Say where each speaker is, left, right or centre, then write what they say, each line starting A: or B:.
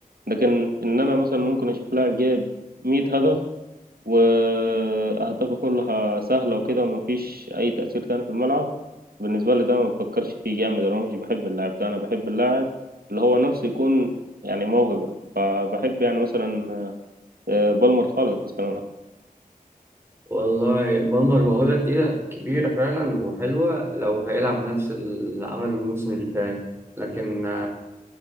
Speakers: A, on the right; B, on the right.
A: لكن ان انا مثلا ممكن اشوف لاعب جايب 100 هدف واهدافه كلها سهله وكده ومفيش اي تاثير تاني في الملعب بالنسبه لي ده ما بفكرش فيه جامد انا مش بحب اللاعب ده انا بحب اللاعب اللي هو نفسه يكون يعني موهبه بحب يعني مثلا آه، بالمر خالص كمان
B: والله بالمر موهبة تقيلة كبيرة فعلا وحلوة لو هيلعب نفس اللي عمله الموسم اللي فات لكن